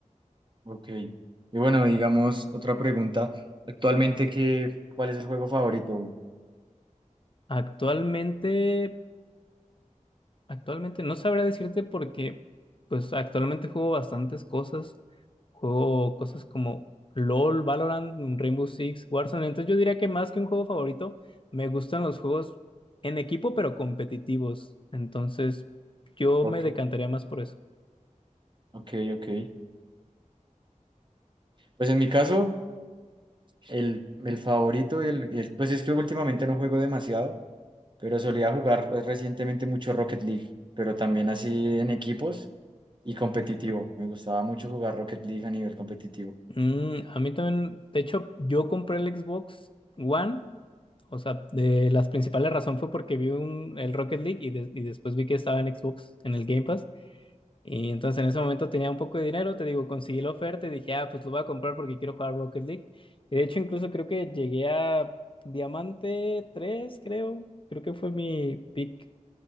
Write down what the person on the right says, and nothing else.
Ok. Y bueno, digamos, otra pregunta. Actualmente, ¿qué, cuál es el juego favorito?
Ok,
ok, ok. Pues en mi caso, el, el favorito y el, y el- Pues es que últimamente no juego demasiado, pero solía jugar eh, recientemente mucho Rocket League, pero también así en equipos y competitivo. Me gustaba mucho jugar Rocket League a nivel competitivo.